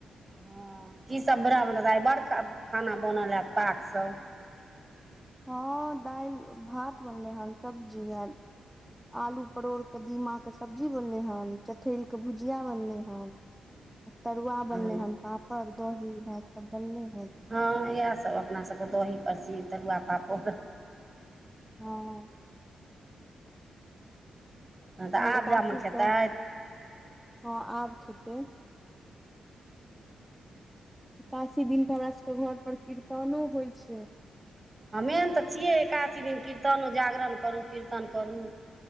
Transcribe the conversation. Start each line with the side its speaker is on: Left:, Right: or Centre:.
Right: ह की सब <unintelligible> बड़ खाना बनल हयत पाक सब
Centre: ह दाइल भात बनले हन सब्जी भै आलू परोड़ कदीमा कऽ सब्जी बनलै हन चठेल केँ भुजिया बनलै हन तरुआ
Right: हँ
Centre: बनलै हन पापड़ दही इएह सब बनलै हन
Right: हँ इएह सभ अपना सभ कऽ दही परसी तरुआ पापड़
Centre: ह
Right: ह
Centre: काल्हि
Right: तऽ आब
Centre: एकादशी
Right: जाम खेतै
Centre: के हँ आब खेते <inaudible> एकाशी दिन कऽ हमरा सब कऽ घर पर कीर्तनो होइ छै
Right: ह मेन तऽ छियै एकादशी दिन कीर्तन जागरण करू कीर्तन करू